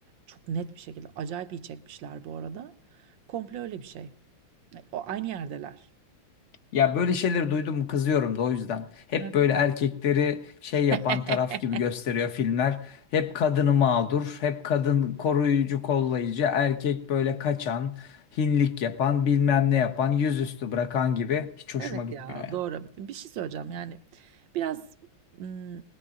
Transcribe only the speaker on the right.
çok net bir şekilde. Acayip iyi çekmişler bu arada. Komple öyle bir şey. E, O aynı yerdeler.
Birlikte.
Neden?
<laughs>
Evet
ya
doğru. Bir şey söyleyeceğim yani biraz mm,